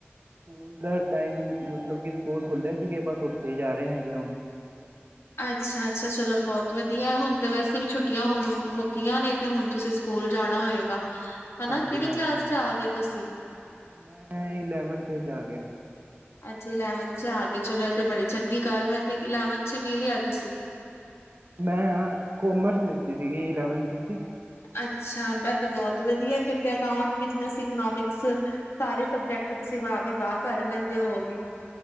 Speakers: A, on the right; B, on the left.
A: ਸਕੂਲ ਦਾ ਟਾਈਮ, ਮਤਲਬ ਕਿ, ਸਕੂਲ ਖੁੱਲ੍ਹੇ ਸੀਗੇ ਬਸ ਉੱਥੇ ਹੀ ਜਾ ਰਹੇ ਹੈਗੇ ਹੁਣ।
B: ਅੱਛਾ -ਅੱਛਾ, ਚਲੋ ਬਹੁਤ ਵਧੀਆ ਹੁਣ ਤੇ ਵੈਸੇ ਵੀ ਛੁੱਟੀਆਂ ਹੁਣ ਮੁੱਕੀਆਂ ਨੇ ਤੇ ਹੁਣ ਤੁਸੀਂ। ਸਕੂਲ ਜਾਣਾ ਹੋਏਗਾ। ਹਨਾ
A: ਹਾਂਜੀ
B: ਕਿਹੜੀ
A: -ਹਾਂਜੀ,
B: ਕਲਾਸ ਚ ਆ ਗਏ ਤੁਸੀਂ?
A: ਮੈਂ ਇਲੈਵਨਥ ਵਿਚ ਆ ਗਿਆ।
B: ਅੱਛਾ, ਇਲੈਨਵਥ ਚ ਆ ਗਏ ਚਲੋ, ਇਹ ਤੇ ਬੜੀ ਚੰਗੀ ਗੱਲ ਹੈ, ਤੇ ਇਲੈਵਨਥ ਚ ਕੀ ਲਿਆ ਤੁਸੀਂ?
A: ਮੈਂ ਅ ਕੋਮਰਸ ਲਿਤੀ ਸੀਗੀ, ਇਲੈਵਨਥ ਵਿੱਚ।
B: ਅੱਛਾ, ਬਸ ਤੇ ਬਹੁਤ ਵਧੀਆ, ਫਿਰ ਤੇ ਅਕਾਊਂਟ ਬਿਜਨਸ, ਇਕਨੋਮਿਕਸ। ਸਾਰੇ ਸਬਜੈਕਟ, ਤੁਸੀਂ ਵਾਹ ਵੀ ਵਾਹ ਕਰ ਲੈਂਦੇ ਹੋਗੇ?